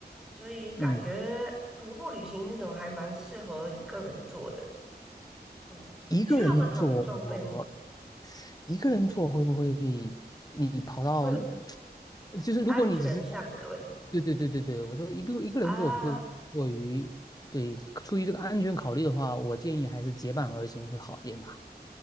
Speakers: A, in the centre; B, on the left (about 20°).
A: 所以感觉徒步旅行这种还蛮适合一个人做的。
B: 嗯，
A: 对，
B: 一个人做，
A: 需要很好的装备吗？
B: 一个人做会不会你跑到，
A: 会有
B: 就是如果你只是在，
A: 安全上的问题
B: 对对对对对，我说一个一个人做会过于，
A: 啊。
B: 对，出于这个安全考虑的话，我建议还是结伴而行会好一点吧。